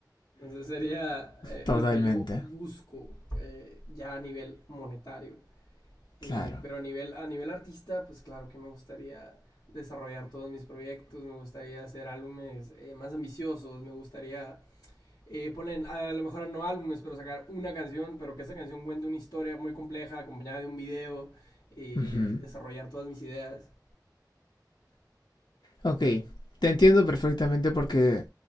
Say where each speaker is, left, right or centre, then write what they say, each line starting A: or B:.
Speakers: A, on the left; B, on the left.
A: Entonces sería eh,
B: Totalmente,
A: lo que yo busco eh, ya a nivel monetario. Eh,
B: claro.
A: pero a nivel, a nivel artista, pues claro que me gustaría desarrollar todos mis proyectos, me gustaría hacer álbumes eh, más ambiciosos, me gustaría eh, ponen a lo mejor no álbumes, pero sacar una canción, pero que esa canción cuente una historia muy compleja acompañada de un video y
B: Ujú.
A: desarrollar todas mis ideas.
B: Ok, te entiendo perfectamente porque